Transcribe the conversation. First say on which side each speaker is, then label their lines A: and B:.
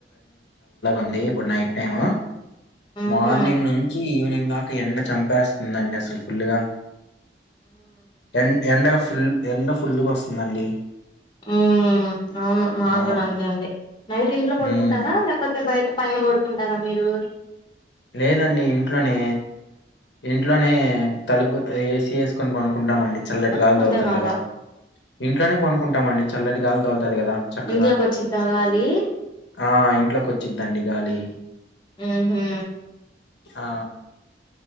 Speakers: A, on the left (about 75°); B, on the left (about 25°).
A: లే ఇప్పుడు నైట్ టైమ్
B: మ్మ్
A: మార్నింగ్
B: హ్మ్
A: నుంచి ఈవినింగ్ దాక ఎండ చంపేస్తుందండి అసలు ఫుల్గా ఎన్ ఎండ ఫుల్ ఎండ ఫుల్గా వస్తుందండి
B: ఉ అవును మా
A: ఆ
B: క్కడ అంతే అండి నైట్ ఇంట్లో పడుకుంటారా
A: ఉమ్
B: లేపోతే బయట పైన పడుకుంటారా మీరు
A: లేదండి ఇంట్లోనే ఇంట్లోనే తలుపు ఏసి వేసుకొని పనుకుంటామండి చల్లటి
B: ఆ
A: గాలి తగుల్తది
B: అర్థం కాల
A: కదా ఇంట్లోనే పనుకుం టామండి చల్లటి గాలీ తగుల్తాది కదా చక్కగా
B: ఇంట్లోకి వచ్చి తగాలి
A: ఆ ఇంట్లో కొచ్చిద్దండి గాలి
B: ఉహు
A: ఆ